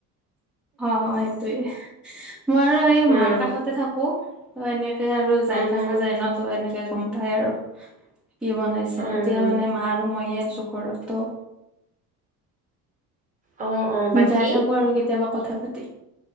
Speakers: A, in the centre; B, on the right (about 15°).
A: অ সেইটোৱে মই আৰু এই
B: উম,
A: মাৰ কাষতে থাকো এনেকে আৰু যাই
B: উম,
A: থকা
B: হুম,
A: যায় ন ত এনেকে গম পাই আৰু। কি বনাইছে
B: উম।
A: এতিয়া মানে মা আৰু ময়ে আছোঁ ঘৰত ত'
B: অ', অ', বাকী
A: যাই থাকো আৰু কেত- কেতিয়াবা কথা পাতি,